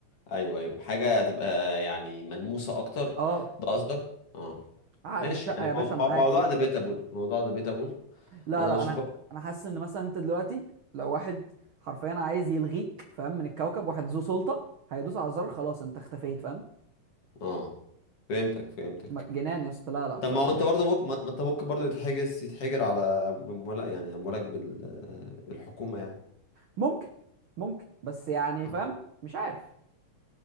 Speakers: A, on the left; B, on the right.
A: أيوه أيوه حاجة هتبقى يعني ملموسة أكتر
B: اه
A: ده قصدك؟ آه
B: عقد
A: ماشي
B: الشقه
A: يعني
B: يا
A: مو-
B: باشا معاك
A: مو- موضوع
B: في جيبك
A: ديبيتابل
B: فاهم
A: موضوع ديبيتابل
B: لا
A: أنا
B: لا
A: بشوف
B: انا
A: بقى-
B: انا حاسس ان مثلا انت دلوقتي لو واحد حرفيا عايز يلغيك فاهم من الكوكب واحد ذو سلطه هيدوس على الزرار خلاص انت اختفيت فاهم
A: آه فهمتك فهمتك
B: م- جنان يا اسطى لا لا بصراحه
A: طب ما هو
B: شايف
A: انت برضه ممكن ما ما انت ممكن برضه يتحجز يتحجر على مولك يعني اموالك بال... بالحكومه يعني
B: ممكن ممكن بس يعني
A: آه.
B: فاهم مش عارف